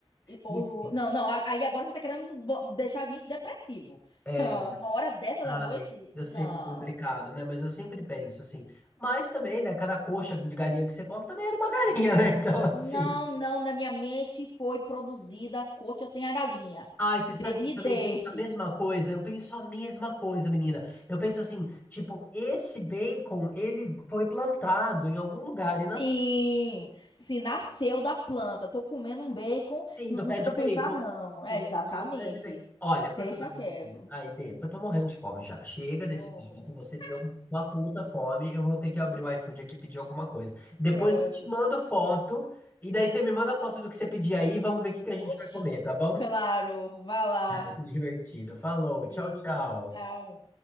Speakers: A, on the left; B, on the left.
A: E o-
B: Enfim.
A: Não, não, a- aí agora você tá querendo bo- deixar a gente depressivo.
B: é,
A: <laughs> Uma hora dessa
B: Ai,
A: da noite?
B: eu
A: Não.
B: sei que é complicado, né? Mas eu sempre penso assim. Mas também, né? Cada coxa de galinha que você come também era uma galinha, né? <laughs> Então, assim.
A: Não, não, na minha mente foi produzida a coxa sem a galinha.
B: Ai, você
A: De-
B: sabe
A: me
B: que eu também
A: deixe.
B: penso a mesma coisa? Eu penso a mesma coisa, menina. Eu penso assim, tipo, esse bacon, ele foi plantado em algum lugar e nasceu.
A: Sim, se nasceu da planta. Tô comendo um bacon,
B: Sim,
A: não,
B: do pé
A: não quero
B: de bacon.
A: pensar, não.
B: Bacon
A: É, exatamente.
B: vem do pé de bacon. Olha, por
A: Deixa
B: favor,
A: quieto.
B: assim. Ai, Dê, eu tô morrendo de fome já. Chega desse
A: Oh, meu
B: papo,
A: Deus.
B: você deu uma puta fome. Eu vou ter que abrir o iFood aqui e pedir alguma coisa. Depois
A: Pronto.
B: eu te mando foto. E daí você me manda foto do que você pedir aí. Vamos ver o que que a gente
A: Oxi.
B: vai comer, tá bom?
A: Claro, vá lá.
B: <laughs> Divertido. Falou,
A: Beijo.
B: tchau, tchau.
A: Tchau.